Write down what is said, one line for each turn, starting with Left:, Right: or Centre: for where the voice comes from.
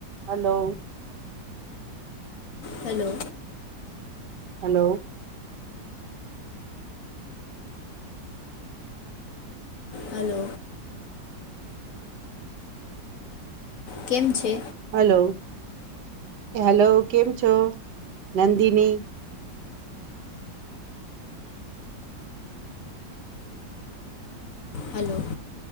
Right: Hello
Left: hello
Right: hello
Left: hello કેમ છે.
Right: Hello, hello કેમ છો. નંદિની
Left: હલો